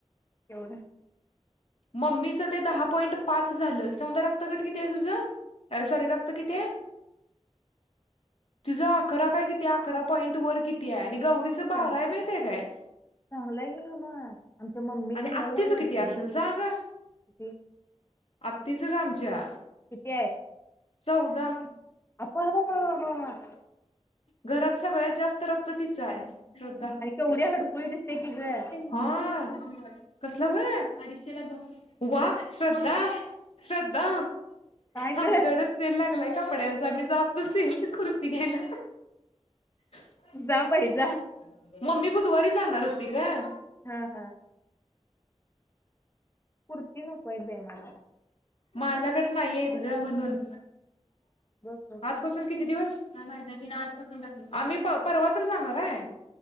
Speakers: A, on the left; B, on the left.
A: केवढं
B: मम्मीच ते दहा पॉईंट पाच झालं सौदा रक्तगट किती आहे तुझं? अ सॉरी रक्त किती आहे? तिजा अकरा काय किती अकरा पॉईंट वर किती आहे आणि गौरी चा बारा
A: चांग
B: आहे माहितीये काय
A: चांगला आहे की मग आमच्या मम्मीचं
B: आणि
A: नऊ
B: आत्तीचा
A: आहे वाटतं
B: किती
A: बाई
B: असल जा न
A: किती
B: अत्तीच गं आमच्या.
A: किती
B: चौदा
A: <unintelligible> बाबा हा हा.
B: घरात सगळ्यात जास्त रक्त तिचा आहे श्रद्धा
A: केवढी हडकुळी दिसते की गं.
B: हा कसलं वय अडीचशेला दोनशे रुपया वा श्रद्धा श्रद्धा
A: काय
B: हामी
A: ग
B: तेवढं सेल लागलाय कपड्यांचा मी जा मी जातो कुर्ती घ्यला <unintelligible>
A: जा बाई जा
B: मम्मी बुधवारी जाणार होती गं.
A: हा हा कुर्ती नकोत बाई मला
B: माझ्याकडे नाहीयेत गं म्हणून
A: <inaudible>
B: आजपासून किती दिवस काय माहित नाही आजपासून आम्ही परवा तर जाणार आहे.